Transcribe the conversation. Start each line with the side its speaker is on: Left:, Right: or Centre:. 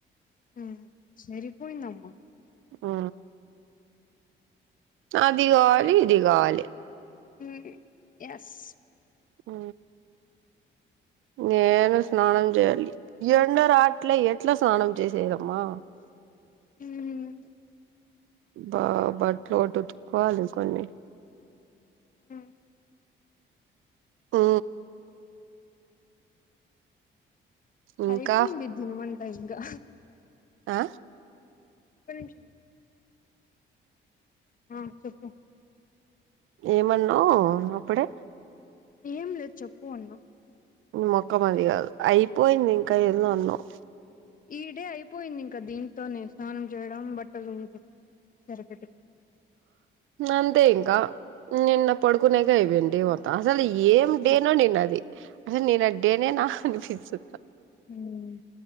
Left: ఉమ్ సరిపోయిందమ్మ
Right: ఆ అది గావాలి ఇది గావాలి
Left: ఉ ఎస్
Right: అ నేను స్నానం చేయాలి ఎండ రాట్ల ఎట్లా స్నానం చేసేదమ్మా
Left: హ
Right: బా బట్బట్లు ఉతుకోవాలి కొన్ని
Left: హ
Right: ఆ ఇంకా
Left: టైపోయింది జనమంతా ఇకా
Right: ఆ
Left: ఒక నిమిషం ఉండు ఆ చెప్పు
Right: ఏమన్నావు అప్పుడే
Left: ఏం లేదు చెప్పు అన్నా
Right: మొకం అది కాదు అయిపోయింది ఇంకా ఏన్నో అన్నావు
Left: ఈ డే అయిపోయింది ఇంకా దీంతోనే స్నానం చేయడం బట్టలు ఉదుకడం సరిపెట్టుకోడం
Right: అంతే ఇంకా నిన్న పడుకునేక అయిపోయి ఇవంమత్త అసలు ఏం
Left: హ్మ్
Right: డేనో నేను అది అసలు నేను ఆ డేనే నా అనిపిస్తు
Left: హ్మ్